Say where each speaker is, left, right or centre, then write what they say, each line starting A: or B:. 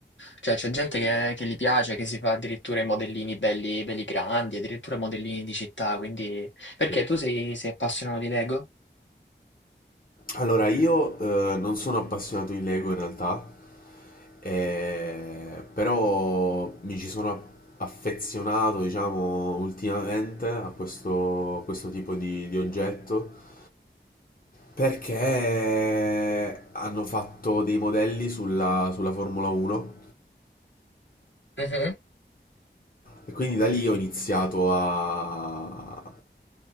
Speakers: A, on the left (about 80°); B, on the left (about 50°).
A: cioè, c'è gente che, che gli piace, che si fa addirittura i modellini belli, belli grandi, addirittura modellini di città, quindi... Perché
B: Sì.
A: tu sei, sei appassionato di Lego?
B: Allora, io eh, non sono appassionato di Lego in realtà, eh, però mi ci sono a- affezionato, diciamo, ultimamente a questo, a questo tipo di, di oggetto perché hanno fatto dei modelli sulla, sulla Formula 1
A: Mhm.
B: e quindi da lì ho iniziato a,